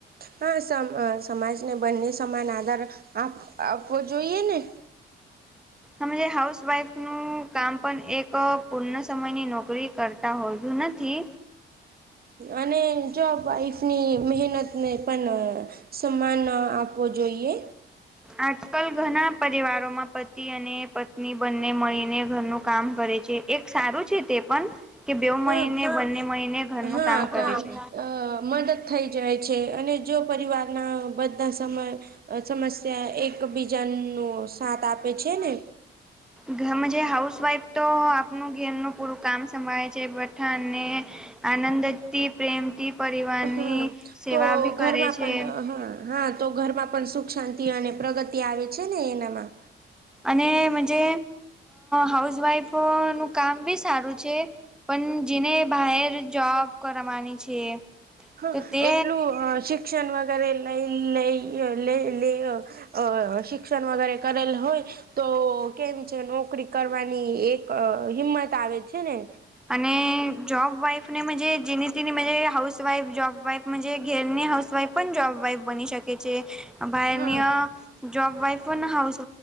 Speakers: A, on the right; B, in the centre.
A: હા, સમાજને બંને સમાન આધાર આપ આપવો જોઈએ ને.
B: અમે જે હાઉસવાઈફનું કામ પણ એક પૂર્ણ સમયની નોકરી કરતા હોતુ નથી.
A: અને જોબ વાઈફની મહેનત ને પણ. સમાન આપવો જોઈએ.
B: આજકાલ ઘણા પરિવારોમાં પતિ અને પત્ની બંને મળીને ઘરનું કામ કરે છે, એક સારું છે તે પણ કે બે
A: હા
B: મહિને બંને મહિને ઘરનું
A: હા
B: કામ કરે છે.
A: અ મદદ થઈ જાય છે, અને જો પરિવારના બધા સમસ્યા એકબીજા નો સાથ આપે છે ને.
B: ઘર માં જે હાઉસવાઈફ તો આપનું ઘેર નું પૂરું કામ સંભાળે છે બધાને, આનંદથી, પ્રેમથી પરિવાર
A: હા
B: ની સેવા
A: તો
B: ભી
A: ઘરમાં
B: કરે છે.
A: પણ હા હા તો ઘરમાં પણ સુખ, શાંતિ અને પ્રગતિ આવે છે ને એનામાં.
B: અને મજે હાઉસવાઈફનું કામ બી સારું છે. પણ જેને બાહર જોબ કરવાની છે.
A: હા
B: તો તે
A: એટલું શિક્ષણ વગેરે લઈ લઈ લ તે શિક્ષણ વગેરે કરેલ હોય. તો કેમ છે નોકરી કરવાની એક હિંમત આવે છે ને.
B: અને જોબ વાઈફ, અને મજે જેની તેની મજે હાઉસવાઈફ જોબવાઈફ ઘેરની હાઉસવાઈફ પણ જોબવાઈફ બની શકે. શકે છે. બાર
A: હા
B: ની આ જોબવાઈફ પણ હાઉસ